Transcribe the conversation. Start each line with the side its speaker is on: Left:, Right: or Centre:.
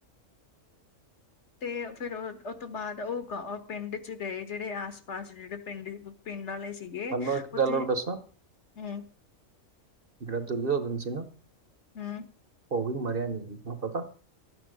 Left: ਤੇ ਫਿਰ ਉਹ ਤੋਂ ਬਾਅਦ ਉਹ ਪਿੰਡ ਚ ਗਏ। ਜਿਹੜੇ ਆਸ -ਪਾਸ ਜਿਹੜੇ ਪਿੰਡ ਪਿੰਡ ਆਲੇ ਸੀਗੇ
Right: ਤੁਹਾਨੂੰ ਇੱਕ
Left: ਉੱਥੇ
Right: ਗੱਲ ਹੋਰ ਦੱਸਾਂ
Left: ਹੁੰ।
Right: ਇਹ ਦੁਰਯੋਧਨ ਸੀ ਨਾ?
Left: ਹੂੰ।
Right: ਉਹ ਵੀ ਮਰਿਆ ਨਹੀਂ ਸੀ ਪਤਾ।